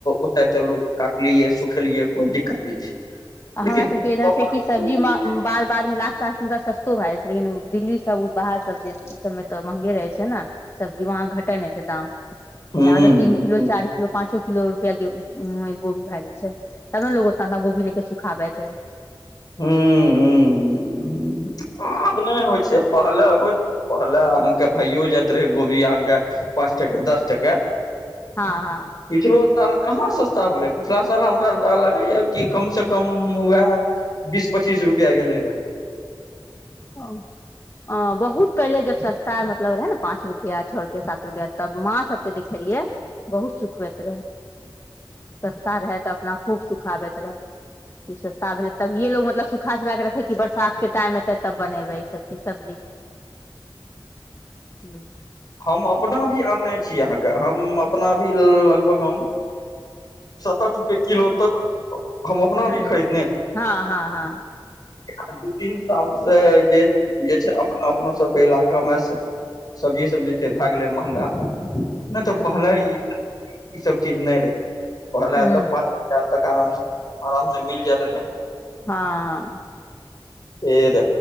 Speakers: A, on the left; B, on the left.
A: ओतऽ चलू काटलियै सुखेलियै कोई दिक्कत नहि छै
B: हमरा
A: लेकिन
B: सबके इधर छै कि सब्जी बाद बाद मे लास्ट लास्ट मे त सस्तो भए जाइ छै लेकिन दिल्ली सब बाहर सब दे ओ सबमे तऽ महंगे रहै छै ने सबजीज वहाँ घटै नहि छै दाम
A: हूँ
B: यहाँ तऽ तीन किलो चारि लोग पांचो किलो रुपया गोभी भए जाइ छै तब ने लोग ओतना गोभी लेके सुखाबै छै
A: ह्म ह्म ह्म आब नहि होइ छै पहले हो पहिले अहाँके भइयो जायइत रहै गोभी अहाँके पाँच टके दस टके
B: हँ हँ
A: पिछलो साल कहाँ सस्ता भेलै पिछला साल हमरा लागैए की कम से कम उएह बीस पच्चीस रुपया गेलै रहै
B: ओ <unintelligible> अ बहुत पहिले जब सस्ता मतलब रहे ने पाँंच रुपआ छओ रुपआ सात रुपआ तब माँ सबके देखे रहियै बहुत सुखबैत रहए सस्ता रहए तऽ अपना खूब सुखाबैत रहए ई सस्ता भेलै तभिय लोग मतलब सुखा सुखाऽ रखै की बर्षा रातके टाइम एतै तब बनेबै ई सब चीज सब्जी, हूॅं
A: हम अपना भी आनने छी अहाँके, हम अपना भी लगभग हम सात आठ रुपए किलो तक हम अपना
B: ह
A: भी खरीदने
B: हँ हँ हँ
A: आ दू तीन साल से जे जे छै अपने अपनो सबके इलाकामे सब्जी सब जे छै भए गेलै मँहगा नहि
B: ह
A: तऽ पहले ई सब चीज नहि रहै, पहले
B: ह
A: तऽ जहाँ तक आरामसे, आरामसे मिल जाइत रहै
B: हँ
A: फेर